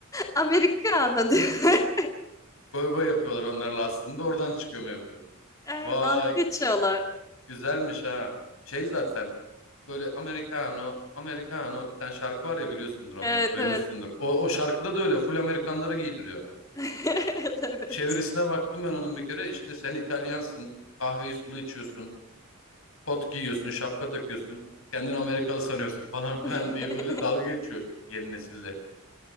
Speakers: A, on the left; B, on the left.
A: Amerikano diyor. <laughs>
B: Goy goy yapıyorlar onlarla aslında oradan çıkıyor mevzu.
A: Aynen,
B: Vay
A: dalga geçiyorlar.
B: güzelmiş ha. Şey zaten
A: Siz-
B: böyle Americano, Americano bir tane şarkı var ya biliyorsundur onu.
A: Evet
B: Duymuşsundur.
A: evet.
B: O, o şarkıda da öyle full Amerikanlara giydiriyor.
A: <laughs> Evet.
B: Çevirisine baktım ben onun bir kere işte sen İtalyansın kahveyi sulu içiyorsun kot giyiyorsun şapka takıyorsun kendini Amerikalı sanıyorsun <laughs> falan filan
A: <laughs>
B: diye böyle dalga geçiyor yeni nesille.